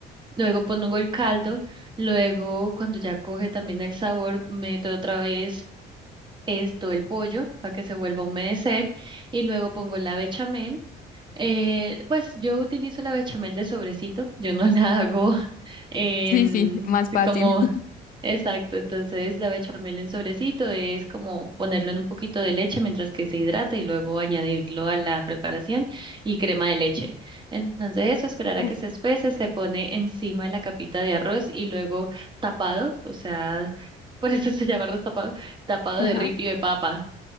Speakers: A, on the right; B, on the left.
A: Luego pongo el caldo, luego cuando ya coge también el sabor, meto otra vez esto, el pollo, para que se vuelva a humedecer y luego pongo la bechamel. Eh, pues yo utilizo la bechamel de sobrecito, yo no <laughs> la hago en
B: sí, sí, más fácil.
A: como
B: <laughs>
A: exacto, entonces la bechamel en sobrecito es como ponerlo en un poquito de leche mientras que se hidrata y luego añadirlo a la preparación y crema de leche. Entonces eso, esperar
B: Uf,
A: a que se espese, se pone encima de la capita de arroz y luego tapado, o sea, <laughs> por eso se llama arroz tapado, tapado
B: ajá.
A: de ripio de papa.